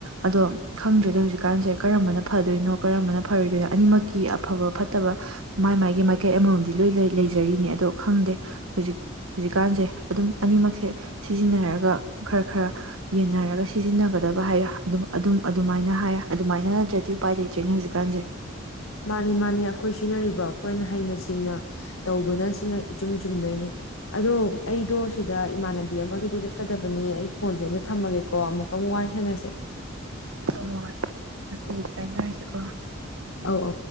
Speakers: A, on the right (about 80°); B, on the left (about 80°).
A: ꯑꯗꯣ ꯈꯪꯗ꯭ꯔꯗ ꯍꯧꯖꯤꯛꯀꯥꯟꯁꯦ ꯀꯔꯝꯕꯅ ꯐꯗꯣꯏꯅꯣ ꯀꯔꯝꯕꯅ ꯐꯔꯣꯏꯗꯣꯏꯅ ꯑꯅꯤꯃꯛꯀꯤ ꯑꯐꯕ ꯐꯠꯇꯕ ꯃꯥꯏ ꯃꯥꯥꯏꯒꯤ ꯃꯥꯏꯀꯩ ꯑꯃꯃꯝꯗꯤ ꯂꯣꯏ ꯂꯩꯖꯔꯤꯅꯦ ꯑꯗꯣ ꯈꯪꯗꯦ ꯍꯧꯖꯤꯛ ꯍꯧꯖꯤꯛꯀꯥꯟꯁꯦ ꯑꯗꯨꯝ ꯑꯅꯤꯃꯛꯁꯦ ꯁꯤꯖꯤꯟꯅꯔꯒ ꯈꯔ ꯈꯔ ꯌꯦꯟꯅꯔꯒ ꯁꯤꯖꯤꯟꯅꯒꯗꯕ ꯍꯥꯏꯌ ꯑꯗꯨꯝ ꯑꯗꯨꯝ ꯑꯗꯨꯃꯥꯏꯅ ꯍꯥꯏ ꯑꯗꯨꯃꯥꯏꯅꯗ꯭ꯔꯗꯤ ꯎꯄꯥꯏ ꯂꯩꯇ꯭ꯔꯦꯅꯦ ꯍꯧꯖꯤꯛ ꯀꯖꯦ
B: ꯃꯥꯅꯤ ꯃꯥꯅꯤ ꯑꯩꯈꯣꯏ ꯁꯤꯖꯤꯟꯅꯔꯤꯕ ꯑꯩꯈꯣꯏꯅ ꯍꯩꯅ ꯁꯤꯡꯅ ꯇꯧꯕꯅ ꯁꯤꯅ ꯏꯆꯨꯝ ꯆꯨꯝꯗꯣꯏꯅꯤ ꯑꯗꯣ ꯑꯩꯗꯣ ꯁꯤꯗ ꯏꯃꯥꯟꯅꯕꯤ ꯑꯃꯒꯤꯗꯣ ꯆꯠꯀꯗꯕꯅꯤ ꯑꯩ ꯐꯣꯟꯁꯦ ꯑꯗꯨ ꯊꯝꯃꯒꯦꯀꯣ ꯑꯃꯨꯛꯀ ꯑꯃꯨꯛ ꯋꯥꯔꯤ ꯁꯅꯁꯦ
A: ꯍ ꯍꯣꯏ ꯀꯥꯏꯅꯔꯁꯤꯀꯣ
B: ꯑꯧ ꯑꯧ